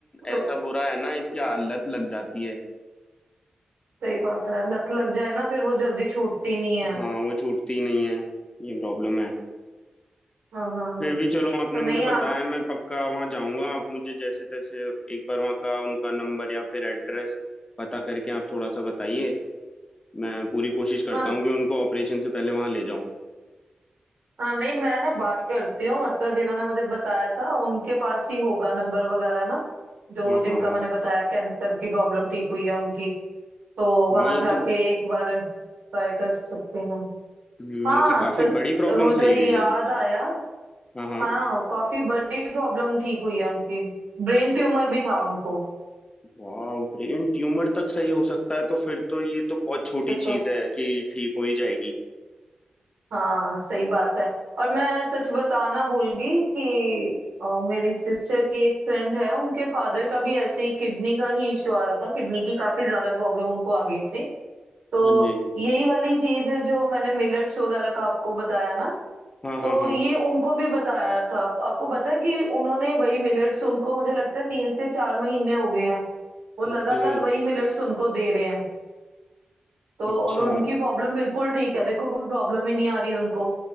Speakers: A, on the right; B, on the left.
A: तो
B: ऐसा बुरा है ना इसकी आदत लग जाती है
A: सही बात है लत लग जाए ना फिर वो जल्दी छूटती नहीं है
B: हाँ वो छूटती ही नहीं है ये प्रॉब्लम है
A: हाँ हाँ हाँ
B: फिर भी चलो आपने
A: तो
B: मुझे
A: नहीं
B: बताया
A: आप
B: मैं पक्का वहाँ जाऊंगा आप मुझे जैसे तैसे एक बार वहाँ का उनका नंबर या फिर एड्रेस पता करके आप थोड़ा सा बताइए मैं पूरी कोशिश करता
A: हाँ
B: हूँ कि उनको ऑपरेशन से पहले वहाँ ले जाऊं
A: हाँ नहीं मैं ना बात करती हूँ मतलब जिन्होंने मुझे बताया था उनके पास ही होगा नंबर वगैरह ना जो
B: हाँ
A: जिनका
B: हाँ हाँ
A: मैंने बताया कैंसर की प्रॉब्लम ठीक हुई है उनकी तो वहां
B: हाँ ये
A: जाके
B: तो
A: एक बार ट्राई कर सकते हैं
B: हम्म,
A: हाँ
B: उनकी काफी
A: सच
B: बड़ी प्रॉब्लम
A: मुझे
B: सही
A: याद
B: हुई है
A: आया
B: हाँ हाँ
A: हाँ काफी बड़ी प्रॉब्लम ठीक हुई है उनकी ब्रेन ट्यूमर भी था उनको
B: वाह ब्रेन ट्यूमर तक सही हो सकता है तो फिर तो ये तो बहुत छोटी
A: फिर तो
B: चीज है कि ठीक हो ही जाएगी
A: हाँ सही बात है और मैं सच बताना भूल गई कि अ, मेरी सिस्टर की एक फ्रेंड है उनके फादर का भी ऐसे ही किडनी का ही इशू आ रहा था किडनी की काफी ज्यादा प्रॉब्लम उनको आ गई थी तो
B: हाँ जी
A: यही वाली चीज है जो मैंने मिलेट्स वगैरह का आपको बताया ना
B: हाँ हाँ
A: तो
B: हाँ
A: ये उनको भी बताया था आपको पता है कि उन्होंने वही मिलेट्स उनको मुझे लगता है तीन से चार महीने हो गए हैं वो लगातार
B: ओके
A: वही मिलेट्स उनको दे रहे हैं तो
B: अच्छा
A: और उनकी प्रॉब्लम बिल्कुल ठीक है देखो कोई प्रॉब्लम ही नहीं आ रही उनको